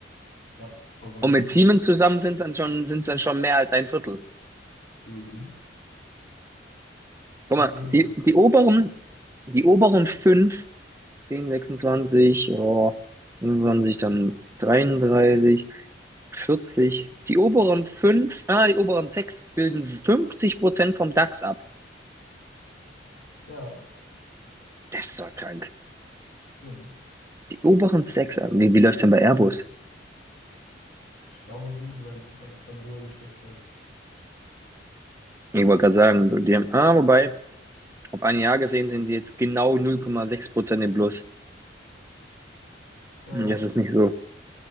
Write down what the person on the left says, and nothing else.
Ja, vollkommen
richtig.
Mhm.
Deswegen,
also,
ja.
Ja.
Ich glaube gut, weil weil es bei Boeing schlecht läuft.
Ja.